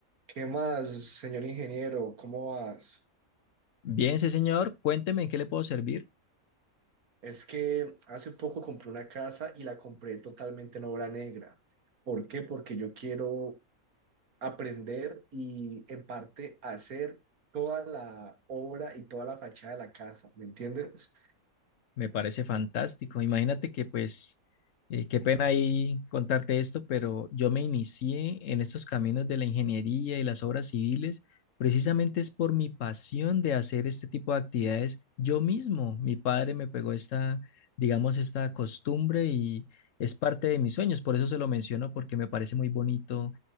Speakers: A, on the right; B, on the left.
A: ¿Qué más, señor ingeniero? ¿Cómo vas?
B: Bien, sí, señor. Cuénteme en qué le puedo servir.
A: Es que hace poco compré una casa y la compré totalmente en obra negra. ¿Por qué? Porque yo quiero aprender y en parte hacer toda la obra y toda la fachada de la casa, ¿me entiendes?
B: Me parece fantástico. Imagínate que pues, eh, qué pena ahí contarte esto, pero yo me inicié en estos caminos de la ingeniería y las obras civiles, precisamente es por mi pasión de hacer este tipo de actividades yo mismo. Mi padre me pegó esta, digamos, esta costumbre y es parte de mis sueños. Por eso se lo menciono, porque me parece muy bonito